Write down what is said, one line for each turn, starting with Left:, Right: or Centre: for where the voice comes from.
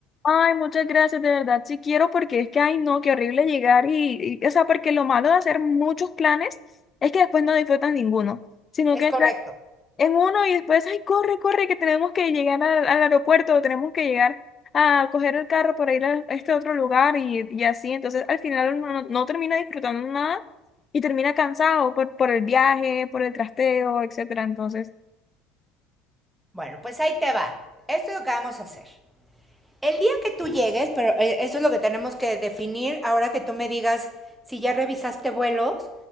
Left: Ay, muchas gracias, de verdad, sí quiero porque es que, ay, no, qué horrible llegar y, y, o sea, porque lo malo de hacer muchos planes es que después no disfrutas ninguno, sino
Centre: Es
Left: que
Centre: correcto.
Left: estás en uno y después, ay, corre, corre, que tenemos que llegar al, al aeropuerto o tenemos que llegar a coger el carro para ir a este otro lugar y, y así, entonces al final uno no, no termina disfrutando nada y termina cansado por, por el viaje, por el trasteo, etcétera, entonces,
Centre: Bueno, pues ahí te va. Esto es lo que vamos a hacer. El día que tú llegues, pero eh, eso es lo que tenemos que definir ahora que tú me digas si ya revisaste vuelos,